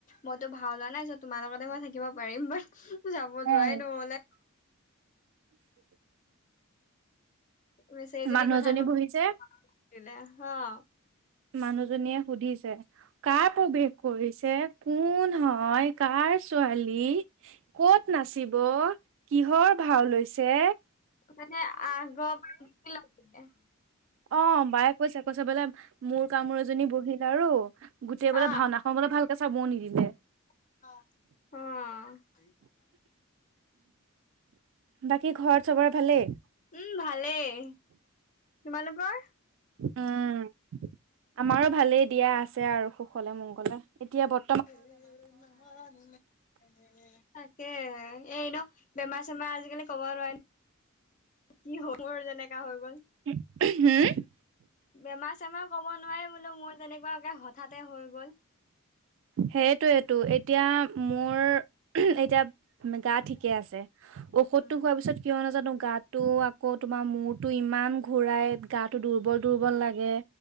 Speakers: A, on the left (about 35°); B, on the right (about 60°).
A: মইতো ভাও লোৱা নাই চ' তোমাৰ লগতে মই থাকিব পাৰিম, বাট যাব
B: অ'
A: যোৱাই নহলে। বেচেৰীজনী
B: <inaudible> মানুহজনী
A: কথা কৈ
B: বহিছে
A: <unintelligible>
B: মানুহজনীয়ে সুধিছে। কাৰ প্ৰৱেশ কৰিছে, কোন হয়, কাৰ ছোৱালী? ক'ত নাচিব, কিহৰ ভাও হৈছে?
A: মানে আগ্ৰহ <unintelligible>
B: অ', বায়ে কৈছে কৈছে বোলে মোৰ কামোৰ এজনী বহিল আৰু গোটেই বোলে
A: অ
B: ভাওনাখন বোলে ভালকে চাবও নিদিলে।
A: অ', অ'।
B: বাকী ঘৰত চবৰে ভালেই?
A: উম, ভালেই। তোমালোকৰ?
B: উম, আমাৰো ভালেই দিয়া আছে আৰু সুখলে মংগলে, এতিয়া ব
A: <unintelligible> তাকে এইন বেমাৰ চেমাৰ আজিকালি কব নোৱাৰি, কি হ মোৰ যেনেকা হৈ গল।
B: হম?
A: বেমাৰ চেমাৰ কব নোৱাৰি বোলো মোৰ যেনেকুৱাকে হঠাতে হৈ গ'ল।
B: সেইটোয়েটো এতিয়া মোৰ এতিয়া গা ঠিকে আছে। ঔষধটো
A: উম
B: হোৱাৰ পিছত কিয় নাজানো গাতটো আকৌ তোমাৰ মূৰটো ইমান ঘূৰাই গাটো দুৰ্বল দুৰ্বল লাগে।